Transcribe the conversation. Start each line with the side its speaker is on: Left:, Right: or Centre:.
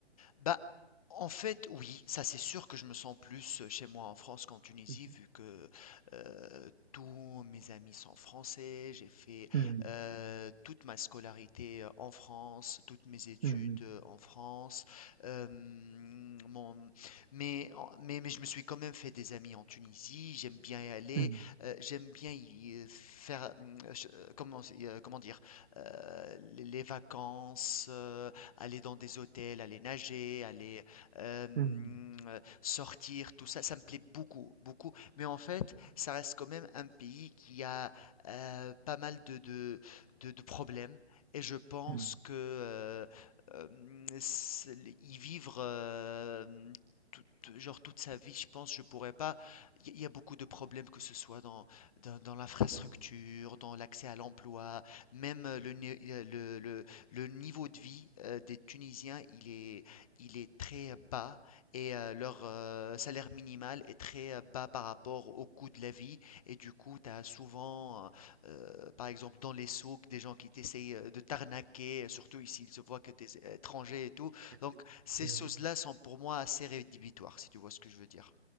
Left: Bah, en fait, oui, ça c'est sûr que je me sens plus chez moi en France qu'en Tunisie,
Right: Mhm.
Left: vu que euh, tous mes amis sont français, j'ai fait
Right: Mhm.
Left: euh, toute ma scolarité euh, en France, toutes mes études
Right: Mhm.
Left: euh, en France. euh, mon- mais, en- mais, mais je me suis quand même fait des amis en Tunisie, j'aime bien y aller,
Right: Mhm.
Left: euh, j'aime bien y euh, faire, euh, je- euh, comment, c'est- euh, comment dire, euh, les les vacances aller dans des hôtels, aller nager, aller hem,
Right: Mhm. Mhm.
Left: heu, sortir, tout ça, ça me plaît beaucoup, beaucoup. Mais en fait, ça reste quand même un pays qui a, heu, pas mal de de de de problèmes et je pense
Right: Mhm.
Left: que, heu, hem, s l y vivre, hem, toute genre toute sa vie, je pense, je pourrais pas. Il y a il y a beaucoup de problèmes, que ce soit dans dans dans l'infrastructure, dans l'accès à l'emploi, même, heu, le né le le le le niveau de vie euh, des Tunisiens, il est, il est très bas et euh, leur euh, salaire minimal est très euh, bas par rapport au coût de la vie. Et du coup, tu as souvent, euh, euh, par exemple, dans les souks, des gens qui t'essayent euh, de t'arnaquer, euh, surtout ici, ils se voient que tu es étranger et tout.
Right: Mhm.
Left: Donc, ces choses-là
Right: Mhm.
Left: sont pour moi assez rédhibitoires, si tu vois ce que je veux dire.